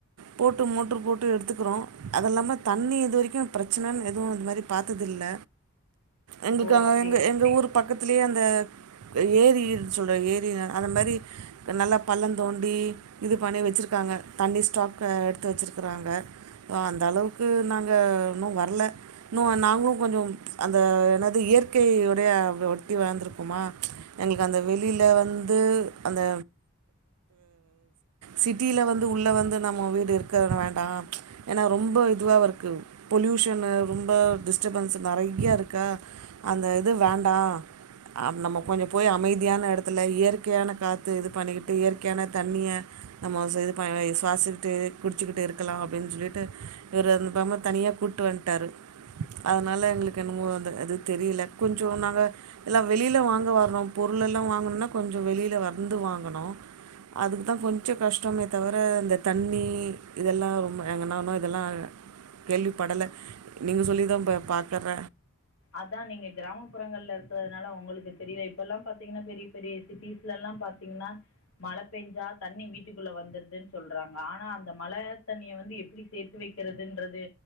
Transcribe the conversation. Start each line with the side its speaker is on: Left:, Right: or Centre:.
Right: போ போட்டு மோடரு போட்டு எடுத்துக்கிறோம் அது இல்லாம தண்ணி இது வரைக்கும் பிரச்சனைன்னு எதுவும் இந்தது மாதிரி பார்த்ததில்ல எங்கக்க
Left: ஓ அப்டி
Right: எங்க எங்க ஊரு பக்கத்திலயே அந்த ஏரி சொல்ற ஏரி அந்த மாதிரி நல்லா பள்ளம் தோண்டி இது பண்ணி வச்சிருக்கா ங்க தண்ணி ஸ்டாக்க எடுத்து வச்சிருக்கிறாங்க அந்த அளவுக்கு நாங்க இன்னு வரல இன்னும் நா நாங்களு கொஞ்சம் அந்த என்னது இயற்கையுடைய ஒட்டி வளந்தருக்குமா எங்களுக்கு அந்த வெளியில வந்து அந்த சிட்டியில வந்து உள்ள வந்து நம்மோ வீடு இருக்க வேண்டாம் எனா ரொம்ப இதுவா இருக்கு பொல்யூஷன் ரொம்ப டிஸ்டபன்ஸ் நிறைய இருக்கா அந்த இது வேண்டா நம்ம கொஞ்ச போய் அமைதியான இடத்துல இயற்கையான காற்று இது பண்ணிக்கிட்டு இயற்கையான தண்ணிய நம்ம இது பண் சுவாசி ட்டு குடிச்சிட்டு இருக்கலா அப்டின்னு சொல்லிட்டு இவர் அந்தபாம தனியா கூப்பிட்டு வந்தடார் அதனால எங்களுக்கு என்னமோ வந்த ஆது தெரியல கொஞ்ச நாங்க எல்லா வெளில வாங்க வரறோம் பொருள் எல்லாம் வாங்கணும்னா கொஞ்ச வெளியில வந்து வாங்கனு அதுக்கு தா கொஞ்சம் கஷ்டமே தவிர இந்த தண்ணி இதெல்லா ரொம்ப எங்கனம இதெல்லா கேள்விப்படல நீங்க சொல்லி தா பாக்கற
Left: அதா நீங்க கிராமப்புறங்கள்ல இருக்கதுனால உங்களுக்கு தெரிலா இப்பெல்லா பாத்தீங்கன்னா பெரிய பெரிய சிட்டிஸ்லல்லா பாத்தீங்கன்னா மழ பேஞ்சா தண்ணி வீட்டுக்குள்ள வந்தருதுன் சொல்றாங்க ஆனா அந்த மழை தண்ணிய வந்து எப்பிடி சேத்து வெ க்கிறதுன்றது